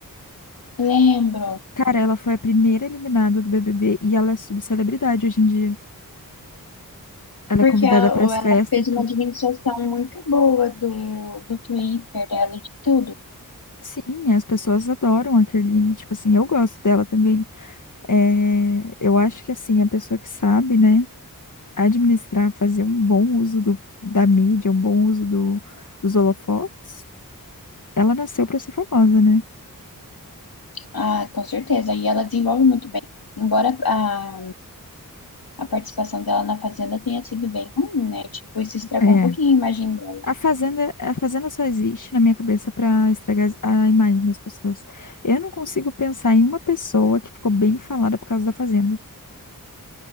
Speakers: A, on the left (about 75°); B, on the left (about 55°).
A: Lembro.
B: Cara, ela foi a primeira eliminada do BBB e ela é subcelebridade hoje em dia. Ela
A: Porque
B: é convidada
A: ela,
B: para
A: ou
B: as
A: ela
B: festas
A: fez
B: e tudo.
A: uma administração muito boa do, do Twitter dela e de tudo.
B: Sim, as pessoas adoram a Kerline. Tipo assim, eu gosto dela também. É, eu acho que assim, a pessoa que sabe, né, administrar, fazer um bom uso do, da mídia, um bom uso do, dos holofotes, ela nasceu para ser famosa, né?
A: Ah, com certeza. E ela desenvolve muito bem. Embora a, a participação dela na Fazenda tenha sido bem ruim, né? Tipo, isso estragou
B: É,
A: um pouquinho a imagem dela.
B: A fazenda, a fazenda só existe na minha cabeça para estragar as- a imagem das pessoas. Eu não consigo pensar em uma pessoa que ficou bem falada por causa da fazenda.